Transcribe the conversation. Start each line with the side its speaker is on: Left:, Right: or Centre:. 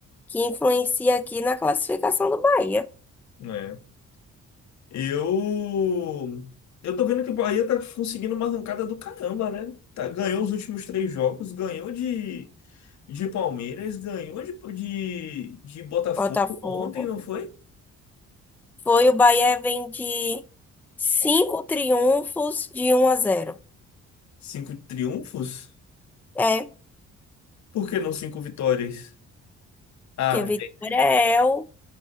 Centre: que influenciam aqui na classificação do Bahia.
Left: É. Eu. Eu tô vendo que o Bahia tá conseguindo uma arrancada do caramba, né? Tá, ganhou os últimos três jogos, ganhou de, de Palmeiras, ganhou de, de, de Botafogo
Centre: Botafogo.
Left: ontem, não foi?
Centre: Foi o Bahia vem de cinco triunfos de um a zero.
Left: Cinco triunfos?
Centre: É,
Left: Por que não cinco vitórias? Ah,
Centre: porque Vitória
Left: entendi.
Centre: é o